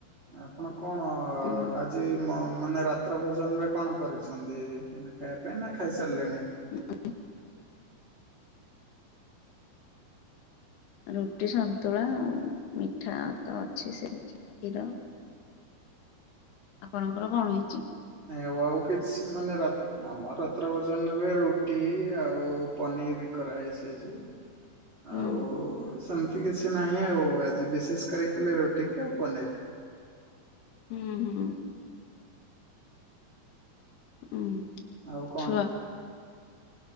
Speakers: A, on the right; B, on the left.
A: ଆପଣ କଣ
B: ଉଁ
A: ଆଜି ଲାନ ମାନେ ରାତ୍ର ଭୋଜନରେ କଣ କରିଛନ୍ତି, ମାନେ ଖାଇବା ପାଇଁ ନା ଖାଇସାରିଲେଣି?
B: <unintelligible> ରୁଟି ସନ୍ତୁଳା ଆଉ ମିଠା ତ ଅଛି ସେ କ୍ଷୀର। ଆପଣଙ୍କର କଣ ହେଇଛି?
A: ନା ଆଉ କିଛି ମାନେ ରାତିରେ ଆମର ରାତ୍ର ଭୋଜନ ରେ ରୁଟି ଆଉ ପନିର କରାହେଇଛି ଆଜି।
B: ହୁଁ
A: ଆଉ ସେମତି କିଛି ନାହିଁ ଆଉ ଆଜି ବିଶେଷ କରି ଖାଇଲି ରୁଟି କି ଆଉ ପନିର।
B: ହୁଁ ହୁଁ। ହୁଁ
A: ଆଉ କଣ?
B: ଛୁଆ